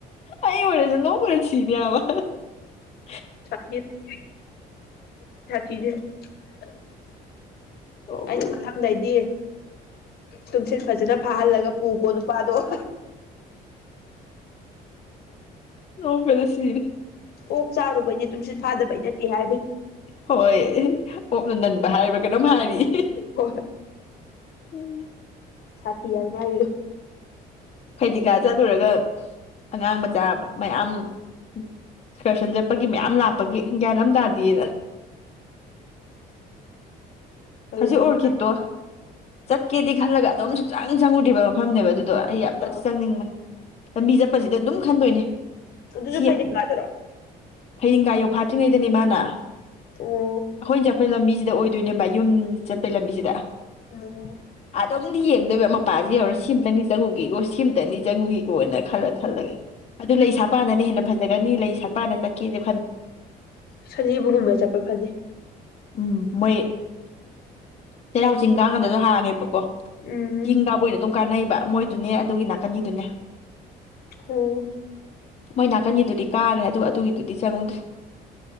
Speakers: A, on the left; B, on the left.
A: ꯑꯩ ꯑꯣꯢꯔꯖꯨ ꯅꯣꯛꯄ <unintelligible>
B: <unintelligible> <unintelligible>
A: ꯅꯣꯛꯄꯗ
B: ꯑꯩꯅ ꯃꯊꯪꯗꯩꯗꯤ ꯇꯨꯨꯝꯁꯤꯠ ꯐꯖꯅꯥ ꯐꯥꯍꯜ ꯂꯒꯥ ꯄꯨꯀꯣ ꯅꯨꯄꯥꯗꯣ <unintelligible>
A: ꯅꯣꯛꯄꯗ ꯁꯤꯔꯦ
B: ꯑꯣꯛ ꯆꯔꯨꯕꯩꯅꯦ ꯇꯨꯝꯁꯤꯠ ꯐꯥꯗꯕꯩ ꯅꯠꯇꯦ ꯍꯥꯏꯕꯤ
A: ꯍꯣꯏ ꯑꯣꯛꯅ ꯅꯟꯕ ꯍꯥꯏꯕ ꯀꯩꯅꯣꯝ ꯍꯥꯏꯔꯤ ꯍꯤ ꯍꯤ
B: ꯍꯣꯏ
A: ꯎꯝ
B: ꯁꯥ ꯊꯤ ꯍꯥꯏꯕ ꯃꯥꯥꯏꯗꯨꯖꯨ
A: ꯐꯩꯗꯤꯡꯒꯥ ꯆꯠꯂꯨꯔꯒ ꯑꯉꯥꯡ ꯃꯆꯥꯥ ꯃꯌꯥꯝ ꯑꯦꯛꯁꯀꯔꯁꯟ ꯆꯠꯄꯒꯤ ꯃꯌꯥꯝ ꯂꯥꯛꯄꯒꯤ ꯒꯤꯌꯥꯟ ꯑꯝ ꯇꯥꯗꯦꯅ ꯑꯁ-
B: ꯍꯧꯖꯤꯛꯁꯦ
A: ꯍꯧꯖꯤꯛ ꯑꯣꯔꯀꯤꯠꯇꯣ ꯆꯠꯀꯦꯗꯤ ꯈꯜꯂꯒ ꯑꯗꯨꯝ ꯆꯪ ꯆꯪꯉꯨꯗ꯭ꯔꯤꯕ ꯃꯐꯝꯅꯦꯕ ꯑꯗꯨꯗꯣ ꯑꯩ ꯌꯥꯝ
B: ꯑꯥ
A: ꯆꯪꯅꯤꯡꯕꯅꯤ ꯂꯝꯕꯤ ꯆꯠꯄꯖꯤꯗ ꯑꯗꯨꯝ ꯈꯟꯗꯣꯏꯅꯦ
B: ꯑꯗꯨꯁꯨ
A: ꯁꯤ
B: ꯐꯩꯗꯤꯡꯒꯥꯗꯔꯣ
A: ꯐꯩꯗꯤꯡꯒꯥ ꯌꯧꯐꯥꯠꯇ꯭ꯔꯤꯉꯩꯗꯅꯦ ꯃꯥꯅ
B: ꯑꯣ
A: ꯑꯩꯈꯣꯏꯅ ꯆꯠꯄꯩ ꯂꯝꯕꯤꯖꯤꯗ ꯑꯣꯏ ꯑꯣꯏꯗꯣꯏꯅꯦꯕ ꯌꯨꯝ ꯆꯠꯄꯩ ꯂꯝꯕꯤꯁꯤꯗ
B: ꯎꯝ
A: ꯑꯗꯨꯝꯗꯤ ꯌꯦꯡꯗꯣꯏꯕ ꯃꯄꯥꯁꯤ ꯌꯧꯔꯦ ꯁꯤꯑꯝꯇꯪꯗꯤ ꯆꯪꯎꯒꯦꯌꯨꯁ ꯁꯤꯝꯇꯪꯗꯤ ꯆꯪꯒꯤ ꯑꯣꯏꯅ ꯈꯜꯂꯦ ꯈꯜꯂꯒꯦ ꯑꯗꯨ ꯂꯩ ꯁꯥꯠꯄꯥꯀꯥꯟꯗꯅ ꯍꯦꯟꯅ ꯐꯖꯒꯅꯤ ꯂꯩ ꯁꯥꯠꯄꯥꯀꯥꯟꯗ ꯆꯠꯀꯦꯖꯦ
B: ꯁꯖꯤꯕꯨꯒꯨꯝꯕ ꯆꯠꯄ ꯐꯅꯤ
A: ꯎꯝ ꯃꯣꯏ ꯆꯩꯔꯥꯎ ꯆꯤꯡꯀꯥꯀꯥꯟꯗꯖꯨ ꯍꯥꯡꯉꯦꯕꯀꯣ
B: ꯎꯝ
A: ꯆꯤꯡ ꯀꯥꯕ ꯑꯣꯏꯅ ꯑꯗꯨꯝ ꯀꯥꯟꯅꯩꯕ ꯃꯣꯏ ꯑꯗꯨꯅꯦ ꯑꯗꯨꯒꯤ ꯅꯥꯀꯟꯅꯤꯗꯨꯅꯦ
B: ꯑꯣ
A: ꯃꯣꯏ ꯅꯥꯀꯟꯒꯤꯗꯨꯗꯤ ꯀꯥꯒ꯭ꯔꯦ ꯑꯗꯨ ꯑꯗꯨꯒꯤꯗꯨꯗꯤ ꯆꯪꯍꯧꯗ꯭ꯔꯦ